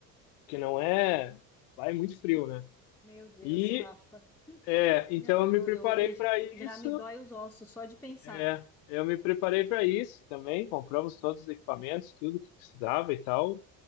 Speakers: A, on the left; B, in the centre.
A: que não é, lá é muito frio, né?
B: Meu Deus,
A: E
B: Rafa.
A: é, então
B: Não,
A: eu me
B: eu,
A: preparei
B: eu, eu
A: para
B: já
A: isso,
B: já me dói os ossos só de pensar.
A: é, eu me preparei para isso também, compramos todos os equipamentos, tudo que precisava e tal,